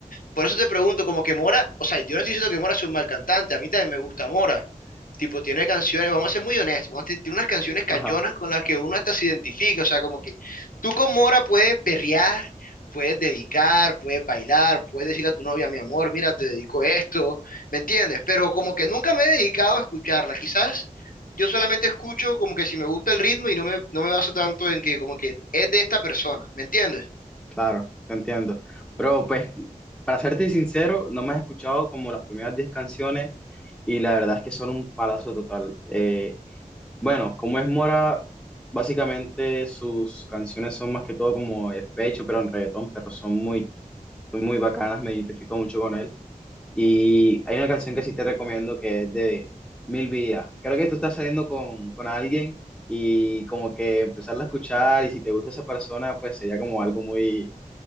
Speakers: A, on the left; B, in the centre.
A: por eso te pregunto, como que Mora, o sea, yo no estoy diciendo que Mora sea un mal cantante, a mí también me gusta Mora, Tipo, tiene canciones, vamos a ser muy honestos, vamos a decir, tiene unas canciones cachonas
B: Ajá.
A: con las que uno hasta se identifica, o sea, como que tú con Mora puedes perrear, puedes dedicar, puedes bailar, puedes decirle a tu novia, mi amor, mira, te dedico esto, ¿me entiendes? Pero como que nunca me he dedicado a escucharla, quizás yo solamente escucho como que si me gusta el ritmo y no me, no me baso tanto en que como que es de esta persona, ¿me entiendes?
B: Claro, te entiendo. Pero pues, para serte sincero, no me has escuchado como las primeras 10 canciones y la verdad es que son un palazo total. Eh, bueno, como es Mora, básicamente sus canciones son más que todo como despecho, pero en reggaetón, pero son muy, son muy bacanas, me identifico mucho con él. Y hay una canción que sí te recomiendo que es de Mil Vidas. Creo que tú estás saliendo con, con alguien y como que empezarla a escuchar y si te gusta esa persona, pues sería como algo muy